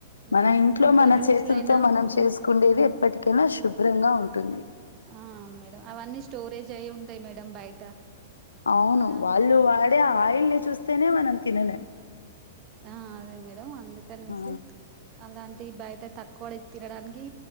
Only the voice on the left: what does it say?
మన ఇంట్లో మన
చేతులతో మనం చేసుకుండేది ఎప్పటికైనా శుభ్రంగా ఉంటుంది.
అవును
వాళ్ళు వాడే ఆ ఆయిల్ని చూస్తేనే మనం తినలేం
ఆ,